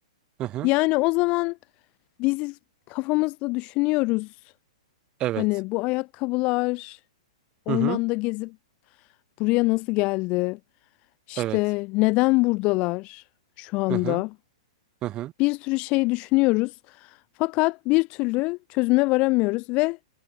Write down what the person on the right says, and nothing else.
Hı hı.
Evet.
Hı hı.
Evet.
Hı hı. Hı hı.